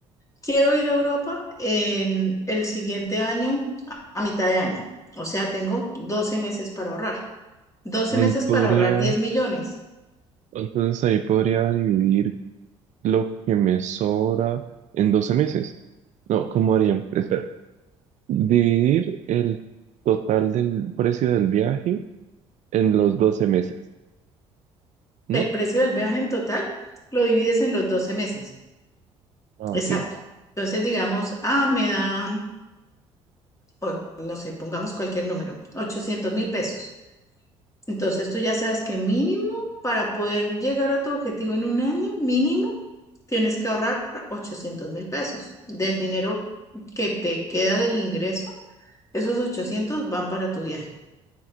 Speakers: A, on the left; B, on the right.
A: quiero ir a Europa en el siguiente año, a a mitad de año. O sea, tengo 12 meses para ahorrar. 12
B: ahí
A: meses
B: podría,
A: para ahorrar 10 millones.
B: entonces ahí podría dividir. lo que me sobra en 12 meses. No, ¿cómo harían? Espera. Dividir el total del precio del viaje en los 12 meses, ¿no?
A: El precio del viaje en total lo divides en los 12 meses.
B: Ah,
A: Exacto.
B: ok.
A: Entonces, digamos, ah, me da, o no sé, pongamos cualquier número, ochocientos mil pesos. Entonces, tú ya sabes que mínimo para poder llegar a tu objetivo en un año, mínimo, tienes que ahorrar ochocientos mil pesos. Del dinero que te queda del ingreso, esos 800 van para tu viaje.